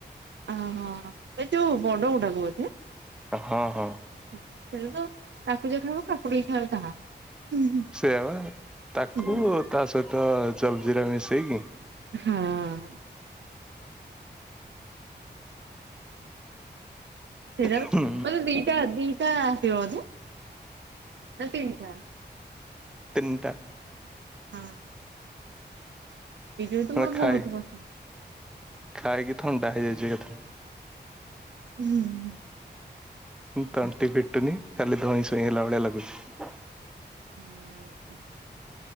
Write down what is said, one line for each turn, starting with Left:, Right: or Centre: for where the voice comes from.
Right: ଅ ହ, ଏ ଯୋଉ ବଡ ଗୁଡାକ ବୋଧେ।
Centre: ହଁ ହଁ।
Right: ହଁ <unintelligible> ତ ତାକୁ ଯେ ଖାଇବ, କାକୁଡି ଖାଇବ ତାହା। ହୁଁ
Centre: ସେଇଆ ବା। ତାକୁ
Right: ହୁଁ।
Centre: ତା ସହିତ ଜଲ ଜିରା ମିଶେଇକି
Right: ହଁ। ସେଇ ଟା
Centre: ହୁଁ
Right: ତ <unintelligible> ଦିଟା ଦିଟା ଆସିବ ବୋଧେ ନା ତିନଟା?
Centre: ତିନଟା।
Right: ହଁ। ପିଜୁଳି ତ
Centre: ଆମେ
Right: ମର
Centre: ଖାଇ
Right: ବହୁତ ପସନ୍ଦ।
Centre: ଖାଇକି ଥଣ୍ଡା ହେଇଯାଇଛି ଏକେଥରେ।
Right: ହୁଁ ହୁଁ।
Centre: ତଣ୍ଟି ଫିଟୁନି। ଖାଲି ଧଇଁ ସଇଁ ହେଲା ଭଳିଆ ଲାଗୁଛି।
Right: ହୁଁ।